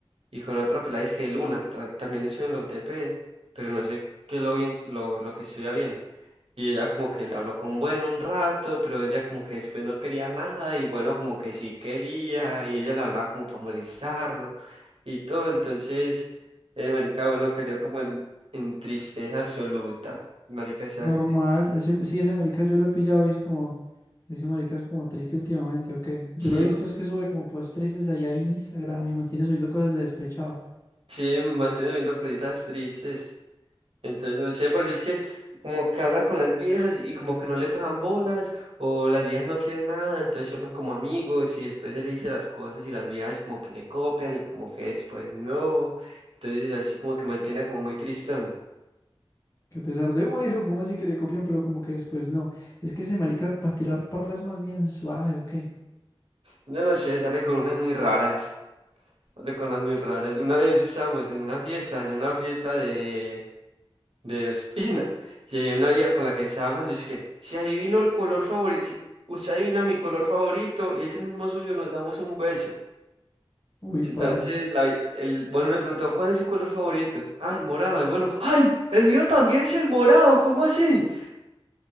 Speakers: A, on the right (about 80°); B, on the left (about 35°).
A: y con otra pelada es que Luna, tra- también estudia en la UTP, pero no sé qué es lo bien, lo, lo que estudia bien. Y ella como que le habló con Bueno un rato, pero ella como que después no quería nada y Bueno como que sí quería y ella le hablaba como para molestarlo y todo. Entonces, eh, marica, bueno, cayó como en, en tristeza absoluta. Marica, o sea,
B: Normal, ese, sí, ese marica yo lo he pillado y es como, ese marica es como triste últimamente, ¿o qué? Yo
A: sí,
B: lo he visto es que sube como posts tristes ahí a Instagram y mantiene subiendo cosas de despechado.
A: sí, mantiene viendo cositas tristes. Entonces no sé, porque es que como que habla con las viejas y como que no le paran bolas o las viejas no quieren nada, entonces se vuelven como amigos y después él le dice las cosas y las viejas como que le copian y como que después no. Entonces así como que mantiene como muy tristón.
B: Que a pesar de, <laughs> bueno, ¿cómo así que le copian? Pero como que después no. Es que ese marica para tirar parlas más bien suave, ¿o qué?
A: No, no sé, sale con unas muy raras, sale con unas muy raras. Una vez estábamos en una fiesta, en una fiesta de, de Ospina <laughs> y había una vieja con la que estaba hablando y es que si adivino el color favorito. si Usted adivina mi color favorito y es el mismo suyo, nos damos un beso.
B: Uy,
A: Entonces,
B: parce.
A: la vi- el, bueno, le preguntó, ¿cuál es su color favorito? Ah, el morado. Y bueno, ¡ay! El mío también es el morado, ¿cómo así?